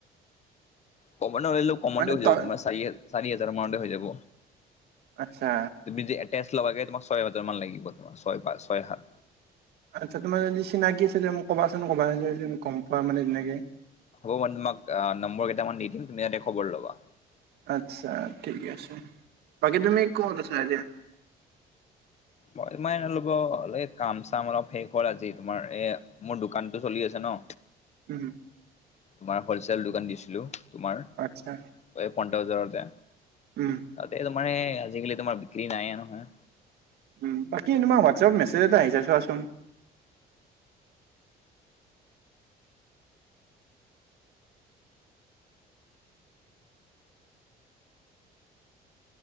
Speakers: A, on the left; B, on the right.
A: কমন হলেনো কমতে
B: মানে
A: হৈ যাব
B: তই
A: তোমাৰ চাৰি চাৰি হাজাৰ মানতে হৈ যাব।
B: আচ্ছা।
A: তুমি যে এটেচ লবাগে তোমাক ছয় হাজাৰ মান লাগিব তোমাৰ ছয় পাচ ছয় সাত।
B: আচ্ছা তোমাৰ যদি চিনাকি আছিলে মোক ক'বাচোন ক'বা <unintelligible> গম পোৱা মানে তেনেকে।
A: হ'ব মই তোমাক নম্বৰ কেইটামান দি দিম, তুমি ইয়াতে খবৰ ল'বা।
B: আচ্ছা ঠিক আছে। বাকী তুমি ক'ত আছা এতিয়া?
A: মই তোমাৰ <unintelligible> এই কাম চাম অলপ শেষ হ'ল আজি তোমাৰ এ। মোৰ দোকানটো চলি আছে ন।
B: উম।
A: তোমাৰ হ'লচেল দোকান দিছিলোঁ তোমাৰ।
B: আচ্ছা।
A: এই পন্টাউজৰ যে,
B: উম।
A: তাতে তোমাৰ সে আজিকালি তোমাৰ বিক্ৰী নাইয়ে নহয়।
B: উম বাকী তোমাৰ চব মেছেজ এটা আহিছে চোৱাচোন।